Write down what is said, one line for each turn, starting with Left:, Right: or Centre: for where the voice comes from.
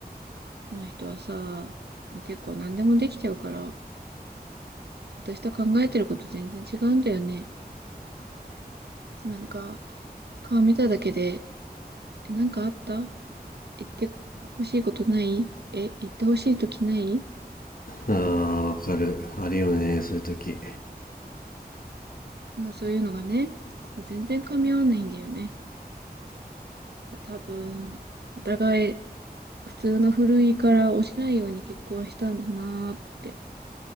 Right: あの人はさ、結構何でもできちゃうから、私と考えてること全然違うんだよね。なんか、顔見ただけで、え、なんかあった言ってほしいことないえ、言ってほしいときない
Left: あーわかるあるよねそういう時
Right: うんそういうのがね、全然噛み合わないんだよね。多分、お互い普通の古いから落ちないように結婚したんだなーって。